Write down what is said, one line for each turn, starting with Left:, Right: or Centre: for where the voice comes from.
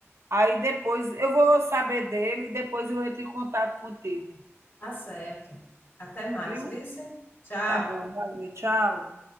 Right: Aí depois eu vou saber dele e depois eu entro em contato contigo,
Left: Tá certo. Até mais,
Right: viu?
Left: vice. Tchau.
Right: Tá bom, valeu, tchau.